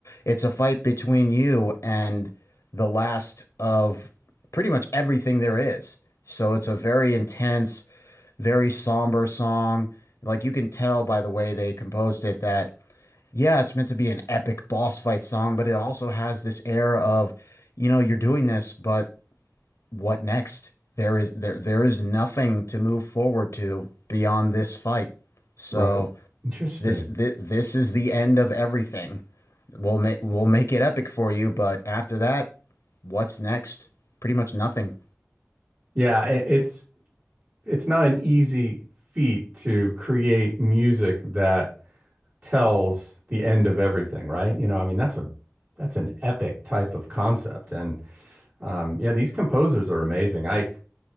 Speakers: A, on the left; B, on the right.
A: it's a fight between you and the last of pretty much everything there is. So it's a very intense, very somber song. Like you can tell by the way they composed it that, yeah, it's meant to be an epic boss fight song, but it also has this air of, you know, you're doing this, but what next? There is there there is nothing to move forward to beyond this fight. So
B: Right. Interesting.
A: this this, this is the end of everything. We'll make we'll make it epic for you, but after that, what's next? Pretty much nothing.
B: Yeah, it, it's it's not an easy feat to create music that tells the end of everything, right? You know, I mean, that's a that's an epic type of concept, and um, yeah, these composers are amazing. I